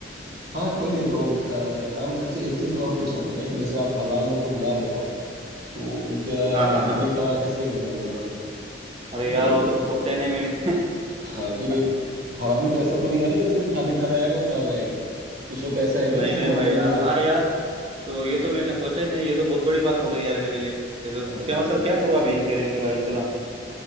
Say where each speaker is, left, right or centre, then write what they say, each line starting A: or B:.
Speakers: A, on the right; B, on the right.
A: हाँ कोई नहीं तो अ, एक काम अच्छा एक चीज और पूछ रहा था मैं कि जैसे आप हजार लोगों को बुला रहे हो आप तो उनके
B: हाँ हाँ हाँ
A: रहने का कैसे इंतजाम होगा
B: अरे
A: क्योंकि
B: यार वो तो सोचा ही नहीं मैंने
A: हाँ क्योंकि
B: <laughs>
A: हर आदमी तो ऐसा तो नहीं है ना कि सिर्फ खाने खाने आएगा और चला जाएगा कुछ लोग तो ऐसे आएंगे
B: नहीं
A: ना जैसे
B: नहीं
A: मॉर्निंग
B: भाई यार
A: में ही आ
B: हाँ यार तो ये तो मैंने सोचा ही नहीं ये तो बहुत बड़ी बात हो गई यार मेरे लिए ये तो
A: गए
B: क्या मतलब क्या करूँ अभी इनके रहने का इंतजाम